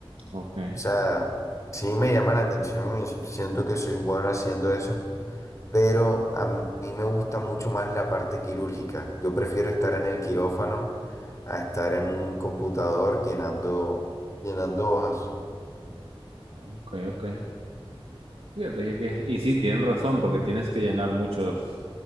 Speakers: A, on the right (about 80°); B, on the left (about 30°).
A: Ok.
B: O sea, sí me llama la atención y siento que soy bueno haciendo eso, pero a mí me gusta mucho más la parte quirúrgica. Yo prefiero estar en el quirófano a estar en un computador llenando, llenando hojas.
A: Ok, ok. Fíjate que, y sí, tienen razón, porque tienes que llenar muchos,